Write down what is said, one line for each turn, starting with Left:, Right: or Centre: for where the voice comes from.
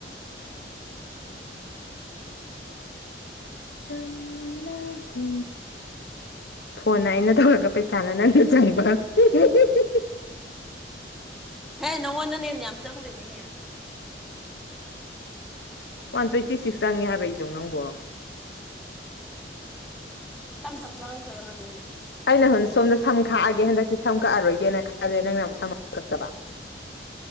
Left: ꯆꯝꯂꯕꯤ ꯐꯣꯟꯅ ꯑꯩꯅ ꯇꯧꯔꯒ ꯄꯩꯁꯥꯅ ꯅꯪꯅ ꯍꯨ ꯍꯨ ꯍꯨꯍꯨꯍꯨ
Centre: ꯍꯦ ꯅꯪꯉꯣꯟꯗ ꯍꯦꯟ ꯌꯥꯝ ꯆꯪꯗꯣꯏꯅꯤꯅꯦ
Left: ꯋꯥꯟ ꯇ꯭ꯋꯦꯟꯇꯤ ꯁꯤꯛꯁ ꯆꯪꯉꯦ ꯍꯥꯏꯕ ꯏꯖꯧ ꯅꯪꯕꯣ
Centre: ꯇꯝ ꯊꯝ ꯆꯉꯛꯇꯣꯏ ꯑꯣꯏꯔꯝꯅꯤꯃꯤ
Left: ꯑꯩꯅ ꯍꯖꯤꯛ ꯁꯣꯝꯗ ꯁꯝ ꯈꯥꯛꯑꯒꯦ ꯍꯟꯗꯛꯇꯤ ꯁꯝ ꯀꯛꯑꯔꯣꯏꯒꯦꯅ ꯈꯜꯂꯦ ꯅꯪꯅ ꯑꯃꯨꯛ ꯁꯝ ꯑꯃꯨꯛ ꯀꯛꯇꯕ <inaudible>